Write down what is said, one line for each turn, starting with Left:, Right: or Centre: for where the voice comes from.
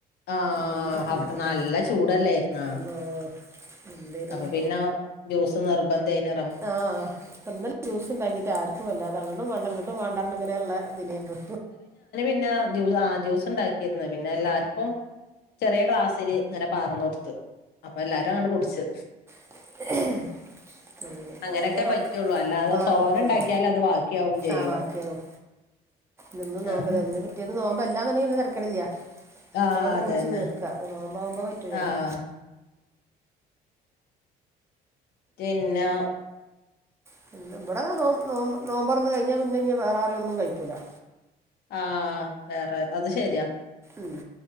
Left: ആഹ്
Right: എന്താ
Left: അവിടെ
Right: ഉം,
Left: നല്ല ചൂടല്ലേർന്നാ
Right: അല്ലാ, എന്തായിരുന്നു
Left: അപ്പൊ പിന്നാ ജ്യൂസ് നിർബന്ധേനു
Right: ആഹ്പ ഇനലൊ ജൂസ്‌ ഉണ്ടാക്കിട്ട് ആർക്കും വല്ലാതെ അങ്ങട്ടും വേണ്ട ഇങ്ങ- ട്ടും വേണ്ടാർന്ന ഇങ്ങനെള്ള ഇതിലെർന്നു
Left: പിന്ന ജൂ ആ ജ്യൂസ് ഉണ്ടാക്കിർന്നു പിന്നെ എല്ലാർക്കും ചെറിയ ഗ്ലാസ്സില്. ഇങ്ങനെ പാറന്ന് കൊടുത്ത് അപ്പൊ എല്ലാരും അങ്ങണ്ട് കുടിച്ച്
Right: ഉ <unintelligible> അങ്ങനെ
Left: അങ്ങനെയൊക്കെ
Right: അങ്ങനെ
Left: പറ്റുള്ളൂ അല്ലാതെ
Right: ആ
Left: തോനെ
Right: പറ്റുള്ളോ
Left: ഉണ്ടാക്കിയാൽ അത് ബാക്കിയാവും ചെയ്യും
Right: ആ ബാക്കിയവും. നിന്ന് നോമ്പ്ആലൊ
Left: ആഹ്
Right: പിറ്റേന്ന് നോമ്പ് എല്ലാന്ന്ടകി തരക്കൊടില്ല. അപ്പൊ
Left: ആഹ്
Right: നമ്മക്ക്
Left: അതന്നെ
Right: കുടിച്ചു തീർക്ക നോമ്പ് ആവുമ്പോ പറ്റൂലല്ലോ?
Left: ആഹ് പിന്നാ
Right: പിന്ന ഇവിടാ നോ നോ നോമ്പോർന്ന് കഴിഞ്ഞാൽ പിന്നെ ഇന്നി വേറാരും ഒന്നും കഴിക്കൂല്ലാ.
Left: ആഹ് വേറെ അത് ശരിയാ
Right: ഉം